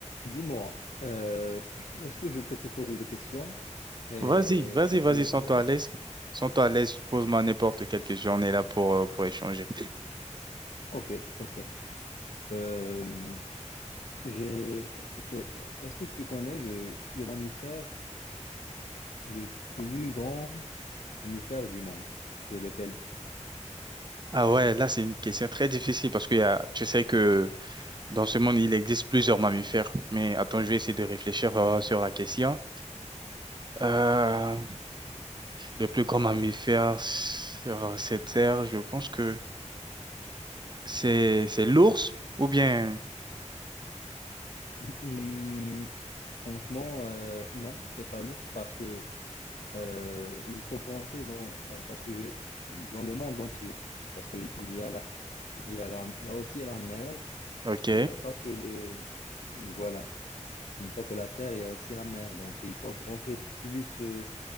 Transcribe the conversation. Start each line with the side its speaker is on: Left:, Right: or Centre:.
Left: Dis-moi, euh, est-ce que je peux te poser des questions et
Right: Vas-y, vas-y,
Left: que tu
Right: vas-y,
Left: essaies?
Right: sens-toi à l'aise. Sens-toi à l'aise, pose-moi n'importe quelle question, on est là pour, euh, pour échanger.
Left: Ok, ok. Euh, j'ai, c'est- est-ce que tu connais le, le mammifère le plus grand mammifère du monde? C'est lequel?
Right: Ah ouais, là, c'est une question très difficile parce que y a, tu sais que dans ce monde, il existe plusieurs mammifères. Mais attends, je vais essayer de réfléchir euh, sur la question. Euh, le plus grand mammifère sur cette terre, je pense que c'est, c'est l'ours ou bien...
Left: Hmm, franchement, euh, non, c'est pas l'ours parce que euh, il faut penser dans, euh, parce que je- dans le monde entier, parce que il y a la, il y a la, il y a aussi la mer.
Right: Ok.
Left: Il n'y a pas que le... Voilà. Pas que la terre, il y a aussi la mer. Donc, il faut penser plus, euh,